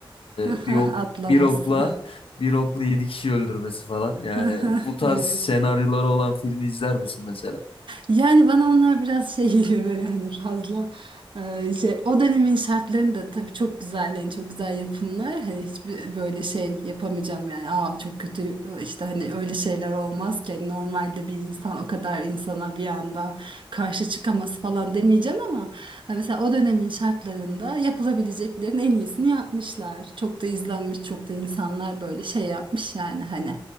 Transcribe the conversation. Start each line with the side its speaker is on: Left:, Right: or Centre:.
Right: <laughs>
Left: e, bir ok
Right: Atlaması.
Left: bir okla bir okla yedi kişi öldürmesi falan.
Right: <laughs>
Left: Yani bu tarz
Right: Evet.
Left: senaryoları olan filmi izler misin mesela?
Right: Yani bana onlar biraz şey geliyor böyle hani fazla e, şey o dönemin şartlarını da tabii çok güzel yani çok güzel yapımlar hani hiçbir böyle şey yapamayacağım yani aa çok kötü işte hani öyle şeyler olmaz ki Hani normalde bir insan o kadar insana bir anda karşı çıkaması falan demeyeceğim ama hani mesela o dönemin şartlarında yapılabileceklerin en iyisini yapmışlar çok da izlenmiş çok da insanlar böyle şey yapmış yani hani